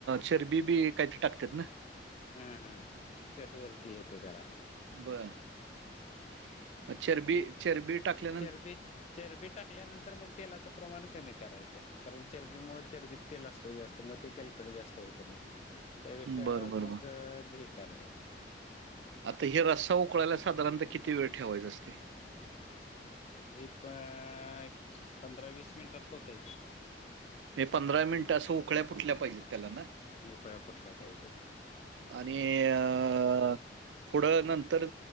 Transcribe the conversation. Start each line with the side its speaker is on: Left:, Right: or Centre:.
Right: चरबी बी काहीतरी टाकतात ना.
Left: हां, हां, कटवरती येतो त्याला.
Right: बर, <inaudible> म चरबी. चेर बी टाकले.
Left: चरबी, चरबी टाकल्यानंतर मग तेलाचं प्रमाण कमी करायचं,, कारण चरबीमुळे, चरबीत तेल असतय जास्त,, मग ते तेलकट जास्त होतंय मग. त्यापेक्षा,
Right: बर बर
Left: मग
Right: बर
Left: हे कराय
Right: आता हो रस्सा उकळायला साधारणतः किती वेळ ठेवायचं असतय?
Left: आता ते प.. ण पंधरा वीस मिनिटात होतय ते.
Right: ते पंधरा मिनिट असं उकळ्या फुटल्या पाहिजेत त्याला ना.
Left: ळया फुटला पाहिजेत.
Right: आणि अऽ पुढं नंतर